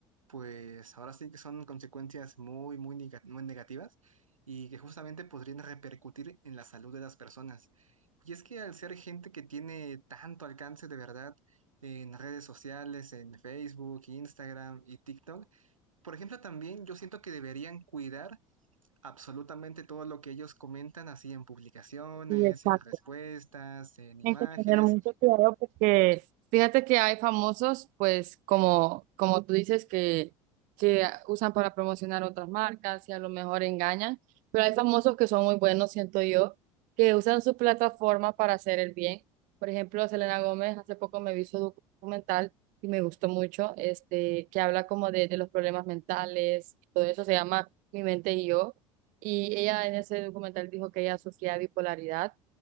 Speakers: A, on the right; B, on the right.
A: pues ahora sí que son consecuencias muy, muy, nega- muy negativas y que justamente podrían repercutir en la salud de las personas. Y es que al ser gente que tiene tanto alcance de verdad en redes sociales, en Facebook, Instagram y TikTok, por ejemplo, también yo siento que deberían cuidar absolutamente todo lo que ellos comentan así en publicaciones,
B: Sí, exacto.
A: en respuestas, en imágenes.
B: Hay que tener mucho cuidado porque fíjate que hay famosos, pues como, como tú dices, que, que usan para promocionar otras marcas y a lo mejor engañan, pero hay famosos que son muy buenos, siento yo, que usan su plataforma para hacer el bien. Por ejemplo, Selena Gómez, hace poco me vi su documental y me gustó mucho, este, que habla como de, de los problemas mentales, todo eso se llama Mi mente y yo, y ella en ese documental dijo que ella sufría bipolaridad